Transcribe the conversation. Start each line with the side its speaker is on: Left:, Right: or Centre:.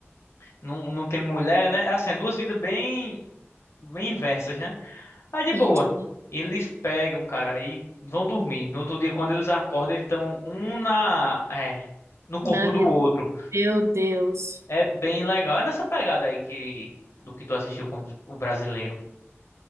Left: Não, não tem mulher, né? É assim, é duas vidas bem, bem inversas, né? Aí de
Right: Entendi.
Left: boa. Eles pegam, cara, aí vão dormir. No outro dia, quando eles acordam, eles estão um na, é, no corpo
Right: Na vida.
Left: do outro.
Right: Meu Deus.
Left: É bem legal. É nessa pegada aí que do que tu assistiu com o brasileiro.